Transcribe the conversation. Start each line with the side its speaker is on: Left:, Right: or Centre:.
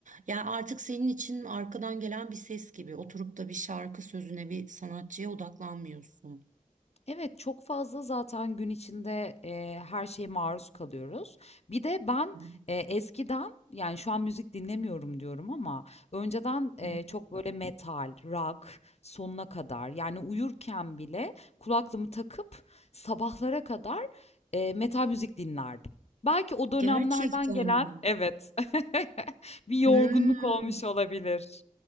Right: Yani artık senin için arkadan gelen bir ses gibi oturup da bir şarkı sözüne, bir sanatçıya odaklanmıyorsun.
Left: Evet, çok fazla zaten gün içinde, eee, her şeye maruz kalıyoruz. Bir de ben,
Right: Hı
Left: eee, eskiden, yani, şu an müzik dinlemiyorum diyorum ama önceden, eee,
Right: hı.
Left: çok böyle metal, rock sonuna kadar, yani, uyurken bile kulaklığımı takıp sabahlara kadar, eee, metal müzik dinlerdim. Belki o dönemlerden
Right: Gerçekten
Left: gelen
Right: mi?
Left: Evet, <laughs> bir yorgunluk
Right: Hmm.
Left: olmuş olabilir.